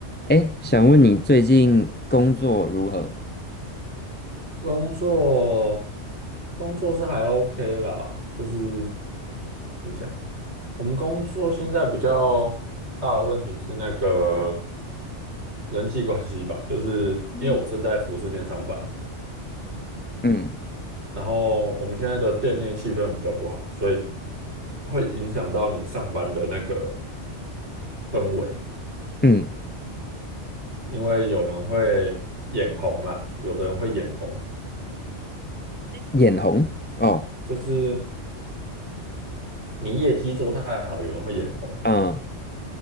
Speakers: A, on the left; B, on the right.
A: 哎，想问你最近工作如何？
B: 工作，工作是还 OK 啦，就是怎么讲，我们工作现在比较大的问题是那个人际关系吧，就是因为我是在服饰店上班，
A: 嗯，嗯
B: 然后我们现在的店内气氛比较不好，所以会影响到你上班的那个氛围，
A: 嗯，
B: 因为有人会眼红啦，有的人会眼红，
A: 眼红哦，
B: 就是你业绩做太好，有人会眼红。
A: 嗯，